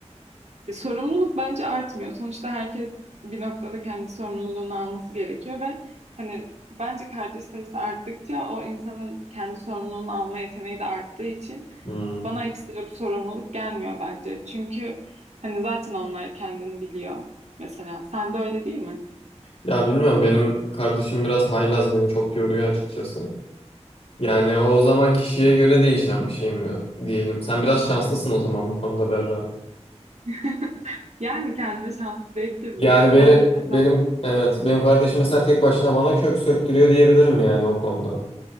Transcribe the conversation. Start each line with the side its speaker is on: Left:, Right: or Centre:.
Right: E, Sorumluluk bence artmıyor. Sonuçta herkes bir noktada kendi sorumluluğunu alması gerekiyor ve hani bence kardeş sayısı arttıkça o insanın kendi sorumluluğunu alma yeteneği de arttığı için
Left: Hmm.
Right: bana ekstra bir sorumluluk gelmiyor bence. Çünkü hani zaten onlar kendini biliyor. Mesela sen de öyle değil mi?
Left: Ya bilmiyorum benim kardeşim biraz haylaz beni çok yoruyor açıkçası. Yani o zaman kişiye göre değişen bir şey mi diyelim. Sen biraz şanslısın o zaman bu konuda Berra.
Right: <laughs> Yani kendime şanslı diyebilirim.
Left: Yani
Right: Ya
Left: beni,
Right: sen mesela
Left: benim evet
Right: hı,
Left: benim kardeşim mesela tek başına bana kök söktürüyor diyebilirim yani o konuda.